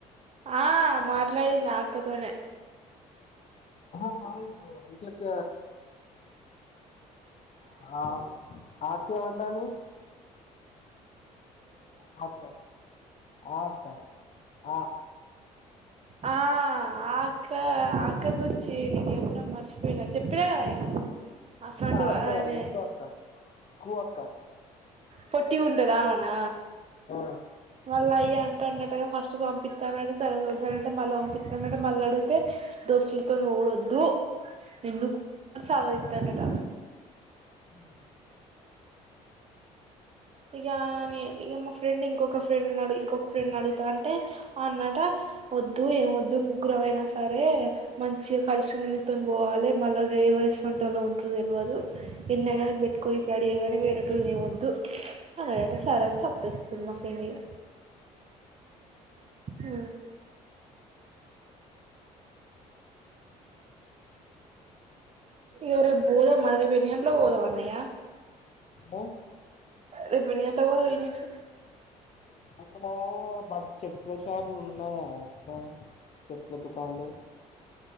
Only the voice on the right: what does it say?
ఆ మాట్లాడినాక్కతోనే
ఆ అక్క, అక్క గుంచ్చి నీకు ఎప్పుడో మర్చిపోయినా చెప్పినా, కదా ఆయన. అసంటఆనీ
పొట్టి గుంట దామనా
వాళ్ల అయ్యా. టన్నట్టగా ఫస్ట్ పంపిత్త <unintelligible> తర్వాత వద్దన్నాడటా, మళ్ళీ పంపిత్తనన్నాడట మల్ల అడుగుతే దోస్తులతోను. వద్దు ఎందు అని సాగదిత్తాండట.
ఇగా నే ఇగ మా ఫ్రెండ్ ఇంకొక ఫ్రెండ్డు ఉన్నాడు, ఇంకొక ఫ్రెండ్ అడుతంటే అన్నట. వద్దు ఏం వద్దు ముగ్గుర అయినా సరే, మంచిగా కలిసి నిళ్ళతుని పోవాలే మళ్ళా వే. ఏవరెస్ వంటోల్లో ఉంట్రరో తెలివదు ఎన్నైనా నేన్ పెట్టుకొనికి రెడీయగానీ వేరేటోల్ లే వద్దు. అనడట సారా అని సప్పుడు కా <unintelligible> మా ఫ్రెండిగా. అ ఇగో రేపు పోదాం మల్ల రేపు ఎన్ని గంటలకు పోదాం అన్నయ్య.
రేపు ఎన్ని గంటలకు పోదాం ఈ నుంచి